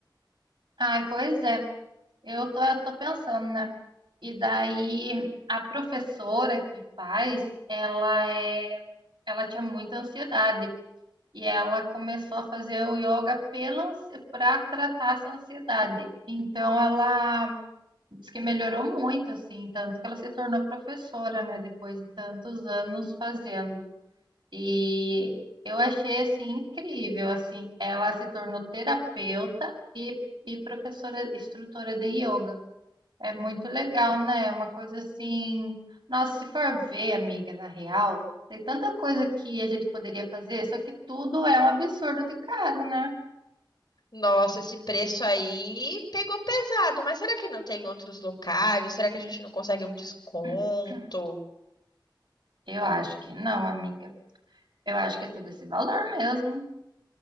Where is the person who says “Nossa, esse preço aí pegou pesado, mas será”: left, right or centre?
Left